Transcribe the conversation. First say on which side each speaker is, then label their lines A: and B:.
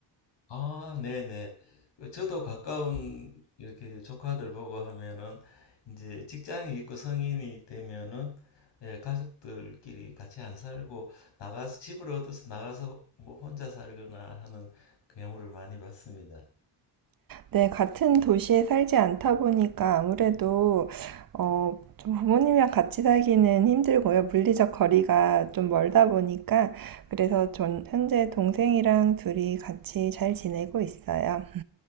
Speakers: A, on the left; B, on the right.
A: 아, 네네. 그 저도 가까운 이렇게 조카들 보고 하면은 이제 직장이 있고 성인이 되면은 예, 가족들끼리 같이 안 살고 나가서 집을 얻어서 나가서 뭐 혼자 살거나 하는 그 경우를 많이 봤습니다.
B: 네, 같은 도시에 살지 않다 보니까 아무래도 어, 좀 부모님이랑 같이 살기는 힘들고요. 물리적 거리가 좀 멀다 보니까 그래서 전
A: 음,
B: 현재 동생이랑 둘이 같이 잘 지내고 있어요.